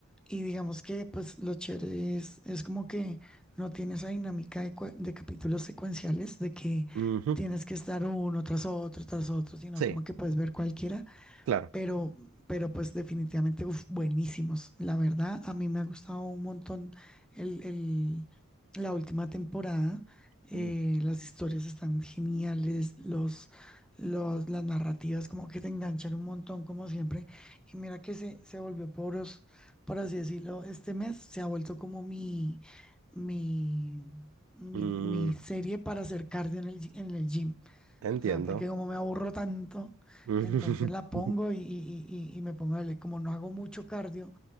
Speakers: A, in the centre; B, on the right.
A: y digamos que pues lo chévere es, es como que no tiene esa dinámica de, cue- de capítulos secuenciales, de que
B: ujú,
A: tienes que estar uno tras otro, tras otro, sino
B: Sí,
A: como que puedes ver cualquiera
B: claro.
A: pero, pero pues definitivamente, uf, buenísimos. La verdad, a mí me ha gustado un montón el, el- la última temporada. Eh,
B: Ujú,
A: las historias están geniales, los, los, las narrativas como que te enganchan un montón, como siempre. Y mira que se, se volvió poros, por así decirlo, este mes se ha vuelto como mi, mi, mi,
B: mm,
A: mi serie para hacer cardio en el, gi- en el gym.
B: entiendo.
A: O sea, porque como me aburro tanto,
B: Ujú.
A: entonces la pongo
B: <laughs>
A: y, y- y- y- y me pongo a leer. Como no hago mucho cardio,